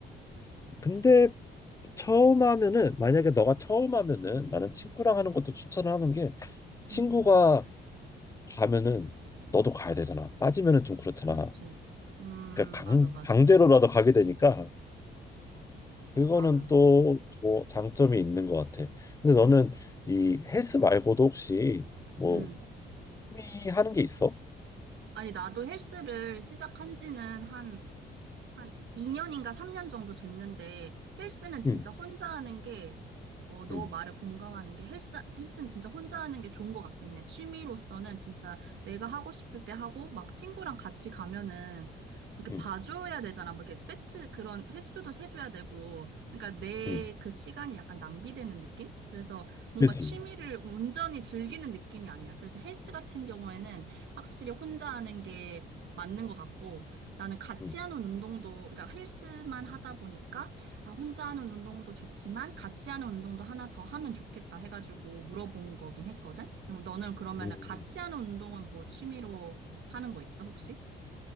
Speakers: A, on the left (about 15°); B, on the right (about 65°).
A: 근데 처음 하면은 만약에 너가 처음 하면은 나는 친구랑 하는 것도 추천을 하는 게 친구가
B: 음, 음.
A: 가면은 너도 가야 되잖아. 빠지면은 좀 그렇잖아.
B: 그렇지. 음,
A: 그러니까
B: 맞아,
A: 강,
B: 맞아,
A: 강제로라도 가게 되니까 그거는
B: 맞아.
A: 또 뭐 장점이 있는 것 같아. 근데 너는 이 헬스 말고도 혹시 뭐
B: 음.
A: 취미 하는 게 있어?
B: 아니, 나도 헬스를 시작한 지는 한 한 2년인가 3년 정도 됐는데 헬스는 진짜
A: 응,
B: 혼자 하는 게, 어, 너
A: 응,
B: 말에 공감하는 게 헬스, 헬스는 진짜 혼자 하는 게 좋은 것 같긴 해. 취미로서는 진짜 내가 하고 싶을 때 하고 막 친구랑 같이 가면은 이렇게
A: 응,
B: 봐줘야 되잖아. 뭐 이렇게 세트 그런 횟수도 세줘야 되고. 그러니까 내
A: 응.
B: 그 시간이 약간 낭비되는 느낌? 그래서 뭔가
A: 그치.
B: 취미를 온전히 즐기는 느낌이 아니야. 그래서 헬스 같은 경우에는 확실히 혼자 하는 게 맞는 것 같고. 나는 같이
A: 응.
B: 하는 운동도, 그러니까 헬스만 하다 보니까, 아, 혼자 하는 운동도 좋지만, 같이 하는 운동도 하나 더 하면 좋겠다 해가지고 물어본 거긴 했거든? 그럼 너는 그러면은
A: 음,
B: 같이 하는 운동은 뭐 취미로 하는 거 있어, 혹시?